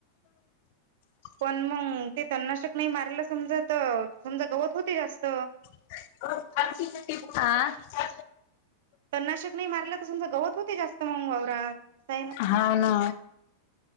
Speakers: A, on the left (about 50°); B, on the right (about 55°).
A: <unintelligible>
B: पण मग ते तन नाशक नाही मारलं समजा तर, समजा गवत होती जास्त.
A: <unintelligible> आ <unintelligible>
B: तन नाशक नाही मारल तर समजं गवत होते जास्त मग वावरात. असं आहे ना
A: हा ना.